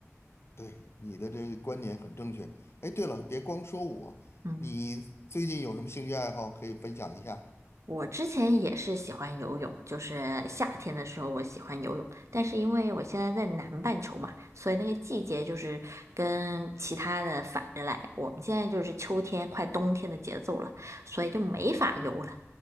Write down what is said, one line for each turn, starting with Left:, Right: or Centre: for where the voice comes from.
Left: 对，你的这个观点很正确。哎，对了，别光说我，
Right: 嗯。
Left: 你最近有什么兴趣爱好可以分享一下？
Right: 我之前也是喜欢游泳，就是夏天的时候我喜欢游泳，但是因为我现在在南半球嘛，所以那个季节就是跟其他的反着来。我们现在就是秋天快冬天的节奏了，所以就没法游了。